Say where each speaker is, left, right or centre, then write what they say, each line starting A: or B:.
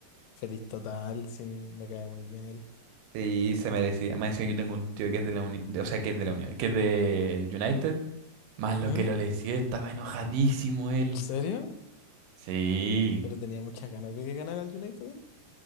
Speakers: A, on the left (about 85°); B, on the right (about 80°).
A: feliz total. Sí, me cae muy bien él.
B: y se merecía. Más encima yo tengo un tío que es de la Unión, o sea, que es de la Unión, que es de United Más lo
A: ¿Mm?
B: que lo lesió, estaba enojadísimo él.
A: ¿En serio?
B: Sí.
A: Pero tenía muchas ganas de que ganara el United.